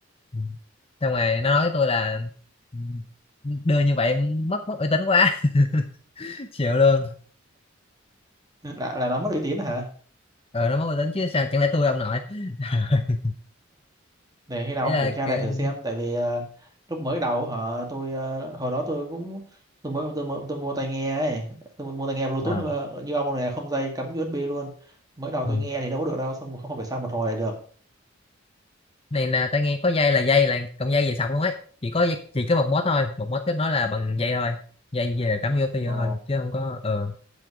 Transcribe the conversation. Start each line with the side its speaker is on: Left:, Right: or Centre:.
Left: Ừ. xong rồi nó nói với tôi là "Ừ, đưa như vậy mất mất uy tín quá <laughs> chịu luôn
Right: là, là nó mất uy tín hả
Left: ờ nó mất uy tín chứ sao chẳng lẽ tôi ông nội <laughs>
Right: để khi nào
Left: ý
Right: ông
Left: là
Right: kiểm tra
Left: kiểu-
Right: lại thử xem tại vì ờ, lúc mới đầu họ tôi ờ, hồi đó tôi cũng tôi mới tôi, mua- tôi mua tai nghe ấy tôi mua tai nghe Bluetooth
Left: ờ.
Right: ờ, như ông này không dây cắm USB luôn mới đầu
Left: ừ.
Right: tôi nghe thì đâu có được đâu xong một không phải sao một hồi lại được
Left: này là tao nghe có dây là dây là cọng dây về sọc luôn ấy chỉ có dây- chỉ có một mốt thôi một mốt kết nó là bằng dây thôi dây về cắm vô tôi
Right: Ồ.
Left: vô thôi chứ không có ờ